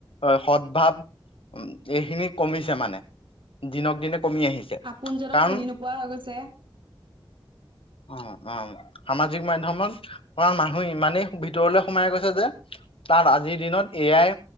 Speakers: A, on the left; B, on the right.
A: হয় সদভাৱ এইখিনি কমিছে মানে দিনক দিনে কমি আহিছে।
B: আপোনজনক
A: কাৰণ
B: চিনি নোপোৱা হৈ গৈছে
A: অ', অ', সামাজিক মাধ্যমত অমান মানুহ ইমানেই ভিতৰলে সোমাই গৈছে যে তাত আজিৰ দিনত এ আই